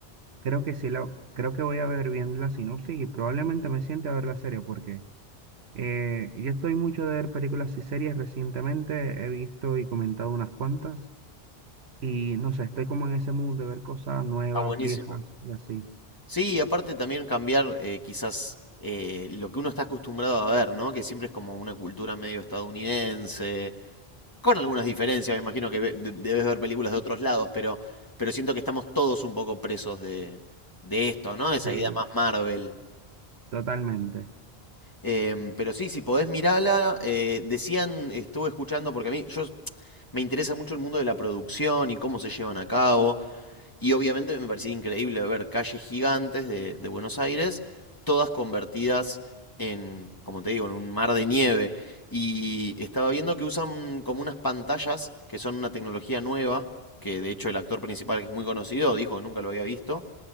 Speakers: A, on the right; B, on the left.
A: Creo que sí la, creo que voy a ver bien la sinopsis y probablemente me siente a ver la serie porque eh, yo estoy mucho de ver películas y series recientemente, he visto y comentado unas cuantas y no sé, estoy como en ese mood de ver cosas nuevas,
B: Está buenísimo.
A: viejas y así.
B: Sí, y aparte también cambiar eh, quizás eh, lo que uno está acostumbrado a ver, ¿no? Que siempre es como una cultura medio estadounidense, Con algunas diferencias, me imagino que debes ver películas de otros lados, pero, pero siento que estamos todos un poco presos de, de esto, ¿no? Esa
A: Sí,
B: idea más Marvel.
A: totalmente.
B: Em, pero sí, si podés mirarla, decían, estuve escuchando, porque a mí yo, me interesa mucho el mundo de la producción y cómo se llevan a cabo. Y obviamente me parecía increíble ver calles gigantes de, de Buenos Aires, todas convertidas en, como te digo, en un mar de nieve. Y estaba viendo que usan como unas pantallas que son una tecnología nueva, que de hecho el actor principal, que es muy conocido, dijo que nunca lo había visto.